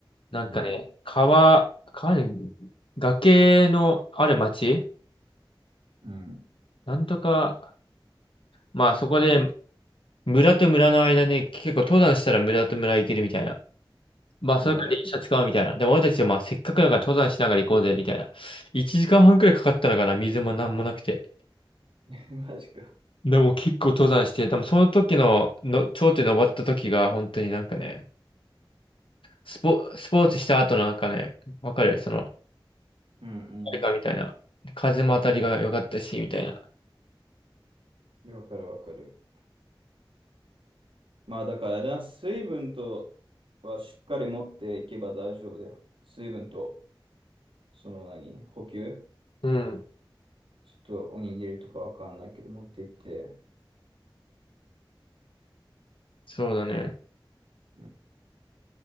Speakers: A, on the left; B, on the right.
A: なんかね、
B: うん。
A: 川、川に、崖のある町
B: うん。
A: なんとか、まあそこで、村と村の間に結構登山したら村と村行けるみたいな。まあそれから電車使うみたいな。
B: おう
A: でも俺たちはまあせっかくだから登山しながら行こうぜみたいな。1時間半くらいかかったのかな、水もなんもなくて。
B: <laughs> マジか。
A: でも結構登山して、でもその時の、の頂点登った時が本当になんかね、スポ、スポーツした後のなんかね、わかるその、
B: うんうん
A: 誰かみたいな。風も当たりが良かったし、みたいな。
B: わかるわかる。まあだからな、水分とはしっかり持っていけば大丈夫だよ。水分と、その何、補給
A: うん。
B: ちょっとおにぎりとかわかんないけど持っていって、
A: そうだね。
B: うん。